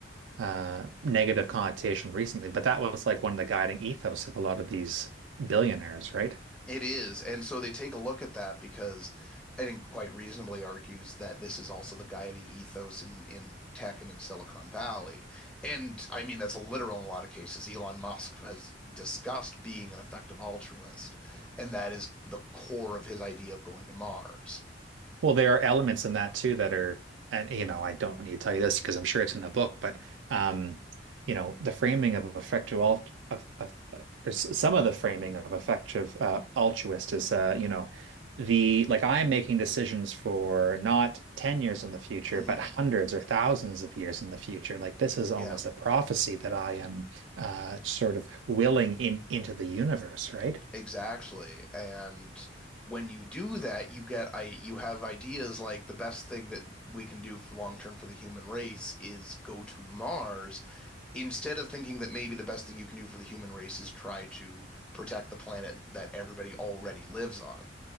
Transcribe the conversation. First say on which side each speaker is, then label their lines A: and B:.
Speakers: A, on the right; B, in the centre.
A: uh negative connotation recently, but that was like one of the guiding ethos of a lot of these billionaires, right?
B: It is. And so they take a look at that because I think quite reasonably argues that this is also the guiding ethos in, in tech and in Silicon Valley. And I mean, that's literal in a lot of cases. Elon Musk has discussed being an effective altruist, and that is the core of his idea of going to Mars.
A: Well, there are elements in that too that are, and you know, I don't need to tell you this because I'm sure it's in the book, but um, you know, the framing of effective alt of, of uh, s- some of the framing of effective uh, altruist is, uh, you know, the like I am making decisions for not 10 years in the future,
B: hmm
A: but hundreds or thousands of years in the future. Like this is almost
B: Yeah,
A: a prophecy that I am uh, sort of willing in into the universe, right?
B: exactly. And when you do that, you get I you have ideas like the best thing that we can do long term for the human race is go to Mars instead of thinking that maybe the best thing you can do for the human race is try to protect the planet that everybody already lives on.